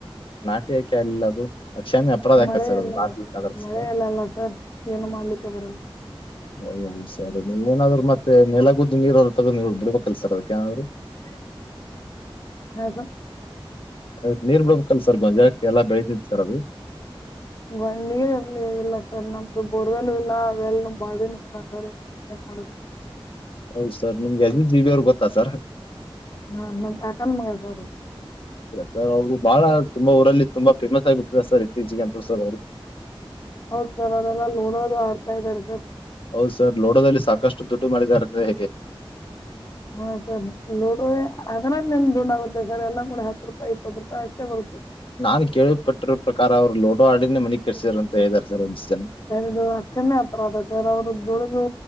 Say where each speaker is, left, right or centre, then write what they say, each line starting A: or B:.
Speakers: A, on the left (about 65°); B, on the left (about 40°).
A: ತ್ತೇಕೆ ಅಲ್ಲದು ಅಕ್ಷಮ್ಯ ಅಪರಾಧ ಅಕ್ಕತ್
B: ಮಳೆ
A: ಸರ್ ಅದು
B: ಇಲ್ಲ
A: <unintelligible> ಸರ್
B: ಮಳೆ ಇಲ್ಲಲ್ಲ ಸರ್ ಏನು ಮಾಡ್ಲಿಕ್ಕೆ ಬರಲ್ಲ
A: ಹೌದೌದು ಸರ್ ನೀವ ಏನಾದ್ರು ಮತ್ತೆ ನೆಲಗುದ್ದಿ ನೀರಾದ್ರು ತಗದ ಬಿಡ್ಬೇಕಲ್ಲ ಸರ್ ಅದಕ್ಕೇನಾದ್ರು.
B: <inaudible> ಹಾ ಸರ್
A: ಅದಕ್ಕ ನೀರ್ ಬಿಡ್ಬೇಕಲ್ ಸರ್ ಗೊಂಜಾಳಕ್ಕ ಎಲ್ಲ ಬೆಳತಿತ್ ಸರ್ ಅದು.
B: <unintelligible> ನೀರ್ ಇರ್ಲೇ ಇಲ್ಲ ಸರ್ ನಮ್ದು ಬೋರ್ವೆಲು ಇಲ್ಲ ಅವೆಲ್ ಬಾವಿನೂ ಇಲ್ಲ ಸರ್. <unintelligible>
A: ಹೌದು ಸರ್ ನಿಮಗೆ ಅಜು ಜೀಬಿ ಅವರು ಗೊತ್ತಾ ಸರ್.
B: ಹಾ ನಮ್ಮ ಕಾಕನ ಮಗಳಿ ರಿ ಅವರು.
A: ಸರ್ ಅವರು ಬಾಳ ತುಂಬಾ ಊರಲ್ಲಿ ತುಂಬಾ ಫೇಮಸ್ ಆಗಿಬಿಟ್ಟರ ಸರ್ ಇತ್ತೀಚೆಗೆ ಅಂತು ಸರ್ ಅವ್ರು.
B: ಹೌದ್ ಸರ್ ಅವರೆಲ್ಲ ಲೂಡೋ ನು ಆಡ್ತಾ ಇದಾರೆ ಸರ್.
A: ಹೌದ ಸರ್ ಲೋಡೋದಲ್ಲಿ ಸಾಕಷ್ಟು ದುಡ್ಡು ಮಾಡಿದ್ದಾರೆ ಅಂದ್ರೆ.
B: ಹಾ ಸರ್ ಲೋಡೋ <unintelligible> ಅಂದ್ರು ನಾವು. ಸರ್ ಎಲ್ಲ ಕೂಡಿ ಹತ್ತ ರೂಪಾಯಿ ಇಪ್ಪತ್ತ ರೂಪಾಯಿ ಅಷ್ಟೇ ಬರ್ತೈತಿ.
A: ನಾನ್ ಕೇಳಳ್ ಪಟ್ಟಿರ ಪ್ರಕಾರ ಅವರ ಲೂಡೋ ಆಡಿನೇ ಮನಿ ಕಟ್ಸಿದರ ಅಂತ ಹೇಳಿದರ ಸರ್ ಅವರು.
B: ಸರ್ ಇದು ಆತಮ್ಯ ಅಪರಾಧ ಸರ್ ಅವರು ದುಡ ದು